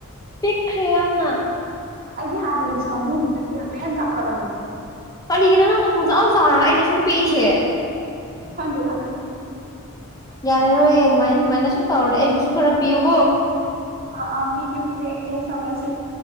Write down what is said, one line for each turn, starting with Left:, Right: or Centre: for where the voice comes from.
Left: ꯄꯤꯛꯈ꯭ꯔꯦ ꯌꯥꯝꯅ
Right: ꯑꯩꯗꯤ ꯍꯥꯟꯅꯒꯤ ꯁꯥꯃꯨꯗꯨꯗꯒꯤ ꯑꯃꯨꯛ ꯍꯦꯅ ꯆꯥꯎꯈꯠꯂꯕꯅꯦ
Left: ꯀꯔꯤꯒꯤꯅꯣ ꯅꯪꯅ ꯄꯨꯡꯆꯥꯎ ꯆꯥꯎꯔꯒ ꯑꯩꯅ ꯁꯨꯝ ꯄꯤꯛꯏꯁꯦ
Right: ꯈꯪꯗꯦ ꯈꯪꯗꯦ
Left: ꯌꯥꯔꯔꯣꯏꯌꯦ ꯑꯗꯨꯃꯥꯏꯅ ꯁꯨꯃꯥꯏꯅ ꯁꯨꯝ ꯇꯧꯔꯗꯤ ꯑꯩꯕꯨꯁꯨ ꯈꯔ ꯄꯤꯌꯨꯀꯣ
Right: ꯑ ꯑ ꯄꯤꯒꯦ ꯄꯤꯒꯦ ꯑꯦꯛꯆꯦꯟꯖ ꯇꯧꯅꯁꯤ